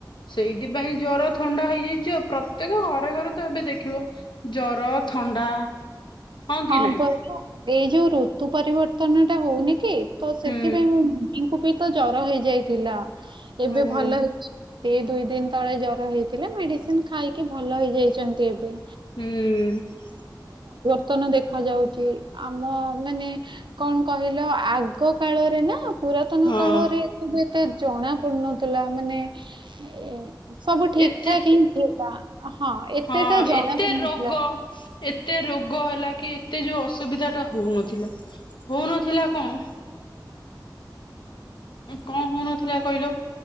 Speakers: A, on the left; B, on the right.
A: ସେଇଥିପାଇଁ ଜର ଥଣ୍ଡା ହେଇଯାଇଛି ଆଉ ପ୍ରତ୍ୟେକ ଘରେ ଘରେ ତ ଏବେ ଦେଖିବ ଜର ଥଣ୍ଡା କି
B: ହଁ
A: ନାଇଁ
B: ପରା ଏଇ ଯୋଉ ଋତୁ ପରିବର୍ତ୍ତନ ଟା ହଉନି କି ତ ସେଥିପାଇଁ
A: ହୁଁ
B: ମୋ ମମିଙ୍କୁ ବି ତ ଜର ହେଇଯାଇଥିଲା
A: ହୁଁ
B: ଏବେ ଭଲ ହେଇ ସେ ଦୁଇ ଦିନ ତଳେ ଜର ହେଇଥିଲା ମେଡିସିନ ଖାଇକି ଭଲ ହେଇଯାଇଛନ୍ତି ଏବେ
A: ହୁଁ।
B: ତ୍ତନ ଦେଖାଯାଉଛି ଆମ ମାନେ କଣ କହିଲ ଆଗ କାଳରେ ନା ପୁରାତନ
A: ହଁ
B: କାଳରେ ସବୁ ଏତେ ଜଣା ପଡୁନଥିଲା ମାନେ ଏ ସବୁ ଠିକ
A: ଏତେ
B: ଠାକ ହିଁ ହେଲା ହଁ ଏତେଟା
A: ହଁ
B: ଜଣା
A: ଏତେ
B: ପଡୁନଥିଲା।
A: ରୋଗ ଏତେ ରୋଗ ହେଲା କି ଏତେ ଯୋଉ ଅସୁବିଧା ଟା ହଉନଥିଲା ହଉନଥିଲା କଣ କଣ ହଉନଥିଲା କହିଲ